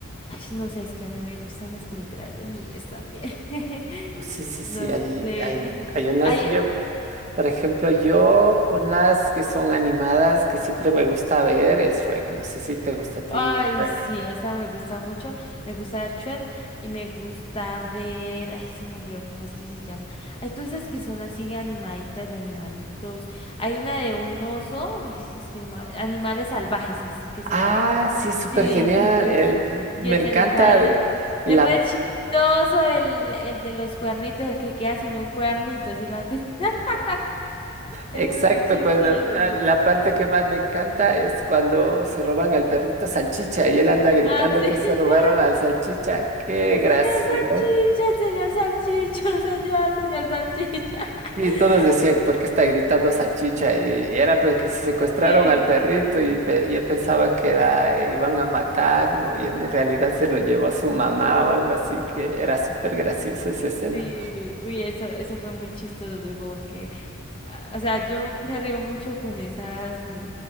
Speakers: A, on the left; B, on the right.
A: ay, no sé, es que a mí me gustan las películas de niños también, <laughs>
B: No, Sí, sí, sí,
A: no
B: hay,
A: sé,
B: hay, hay unas,
A: hay,
B: yo, por ejemplo, yo, unas que son animadas que siempre me gusta ver es Shrek. No sé si te gusta a ti,
A: Ay,
B: Shrek.
A: sí, esa me gusta mucho. Me gusta ver Chuet y me gusta ver. Ay, se me olvidó cómo es que se llama. Hay todas esas que son así animaditas de animalitos. Hay una de un oso. ay, sí, es que no ma- Animales salvajes, es es que se
B: Ah,
A: llama.
B: sí, súper
A: Sí,
B: genial.
A: sí, sí,
B: El,
A: sí.
B: me
A: Que
B: encanta
A: se le cae.
B: el- la
A: Es re chistoso el, el de los cuernitos, el que queda sin un cuernito, si lo has visto? <laughs> Es
B: Exacto,
A: muy chistoso.
B: cuando ah, la parte que más me encanta es cuando se roban al perrito salchicha y él anda gritando
A: Ah, sí.
B: que
A: <laughs>
B: se robaron al salchicha. Qué
A: El
B: gracioso.
A: señor salchicha, el señor salchicha, <laughs> señor, señor salchicha.
B: Y
A: <laughs>
B: todos decían, ¿por qué está gritando salchicha? Y, y era porque se secuestraron
A: Sí,
B: al perrito y, pe- y él pensaba que era, eh, iban a matarlo y en realidad se lo llevó su mamá o algo así, que era súper graciosa esa escena.
A: sí, uy, eso, eso fue muy chistoso. Yo como que ah, O sea, yo me río mucho con esas, mm,